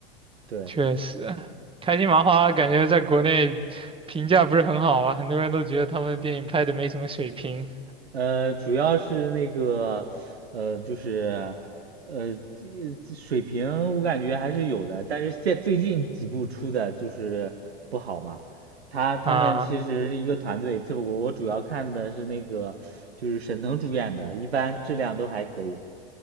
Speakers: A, on the right; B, on the right.
A: 对，
B: 确实，开心麻花感觉在国内评价不是很好啊，很多人都觉得他们的电影拍的没什么水平
A: 呃，主要是那个，呃，就是，呃，这水平我感觉还是有的，但是现最近几部出的就是不好嘛。他他们其实是一个团队，
B: 啊。
A: 这我我主要看的是那个，就是沈腾主演的，一般质量都还可以。